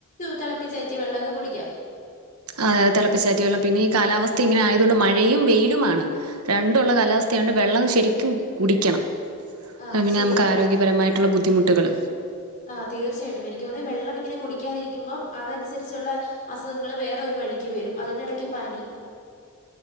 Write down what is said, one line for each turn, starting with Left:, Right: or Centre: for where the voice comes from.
Left: തിളപ്പിച്ചാറ്റിയ വെള്ളമൊക്കെ കുടിക്കാം
Right: അ തിളപ്പിച്ചാറ്റി വെള്ളം പിന്നെ ഈ കാലാവസ്ഥ ഇങ്ങനെ ആയതുകൊണ്ട് മഴയും വെയിലുമാണ് രണ്ടുള്ള കാലാവസ്ഥയായ്യോണ്ട് വെള്ളം ശരിക്കും കുടിക്കണം
Left: ആ
Right: അ
Left: അത്
Right: പിന്നെ
Left: ശരിയാ.
Right: നമുക്ക് ആരോഗ്യപരമായി
Left: ആ
Right: മറ്റുള്ള ബുദ്ധിമുട്ടുകൾ
Left: ആ തീർച്ചയായിട്ടും എനിക്ക് തോനുന്നു വെള്ളം ഇങ്ങനെ കുടിക്കാതിരിക്കുമ്പോം അതനുസരിച്ചുള്ള അസുഖങ്ങള് വേറെ ഒരു വഴിക്ക് വരും അതിനിടക്ക് പനി